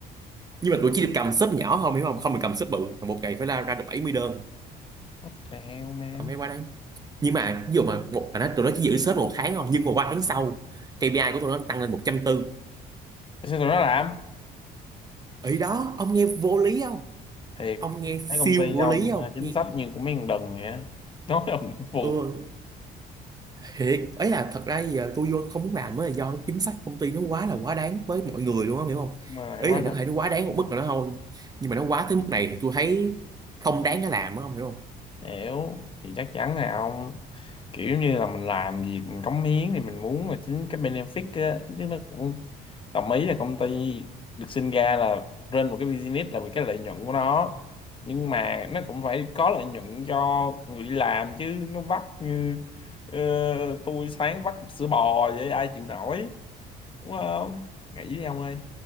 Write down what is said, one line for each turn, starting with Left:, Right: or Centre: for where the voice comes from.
Right: nhưng mà tụi chỉ được cầm shop nhỏ không hiểu không không được cầm shop bự mà một ngày phải ra ra được 70 đơn
Left: What the hell man?
Right: ông thấy quá đáng nhưng mà ví dụ mà một mà nó tụi nó chỉ giữ shop một tháng thôi nhưng mà qua tháng sau KPI của tụi nó tăng lên một trăm tư
Left: Sao tụi nó làm?
Right: ý đó ông nghe vô lý không
Left: thiệt
Right: ông nghe
Left: thấy
Right: siêu
Left: công ty
Right: vô
Left: ông
Right: lý không
Left: à, chính
Right: nghe
Left: sách như của mấy thằng đần vậy á <laughs> nói ông cũng buồn
Right: ừ, thiệt ấy là thật ra giờ tôi vô không muốn làm mới là do cái chính sách công ty nó quá là quá đáng với mọi người luôn á hiểu không
Left: mà lại
Right: ý
Left: quá
Right: là nó
Left: đần
Right: có thể nó quá đáng một mức nào đó thôi nhưng mà nó quá tới mức này thì tôi thấy không đáng để làm á không hiểu không
Left: hiểu thì chắc chắn là ông kiểu như là mình làm việc mình cống hiến thì mình muốn là chính cái benefit á chứ nó cũng đồng ý là công ty được sinh ra là trên một cái business là vì cái lợi nhuận của nó nhưng mà nó cũng phải có lợi nhuận cho người đi làm chứ nó vắt như ờ, tôi sáng vắt sữa bò vậy ai chịu nổi đúng không nghĩ đi ông ơi